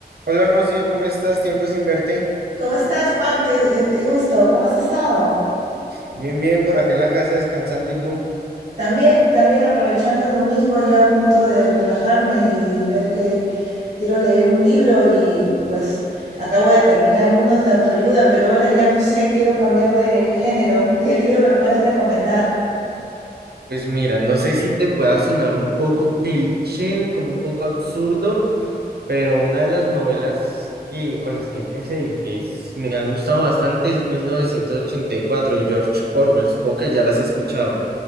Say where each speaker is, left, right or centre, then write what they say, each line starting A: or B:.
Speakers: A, on the right (about 70°); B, on the right (about 40°).
A: Hola Rocío, ¿cómo estás? Tiempo sin verte.
B: ¿Cómo estás, Juan? Qué, eh, qué gusto. ¿Cómo has estado?
A: Bien, bien, por acá en la casa descansando. ¿Y tú?
B: También, también aprovechando el domingo ya a punto de relajarme y ver que quiero leer un libro y pues acabo de terminar unos de autoayuda, pero ahora ya no sé, quiero cambiar de género. <laughs> ¿Qué libro me puedes recomendar?
A: Pues mira, no sé si te pueda sonar un poco cliché, como un poco absurdo, pero una de las novelas que, con las que empecé y que s- me ha gustado bastante es 1984 de George Orwell. Supongo que ya las has escuchado.